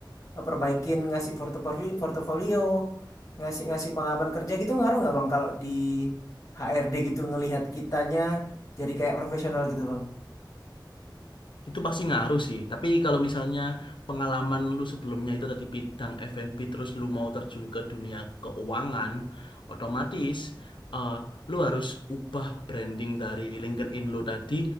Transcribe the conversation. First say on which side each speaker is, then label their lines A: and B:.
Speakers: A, on the left; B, on the left.
A: eh, perbaikin ngasih portofolio, portofolio, ngasih-ngasih pengalaman kerja gitu ngaruh nggak Bang kalau di HRD gitu ngelihat kitanya jadi kayak profesional gitu Bang?
B: Itu pasti ngaruh sih. Tapi kalau misalnya pengalaman lu sebelumnya itu tadi bidang F&B terus lu mau terjun ke dunia keuangan, otomatis eh, lu harus ubah branding dari LinkedIn lu tadi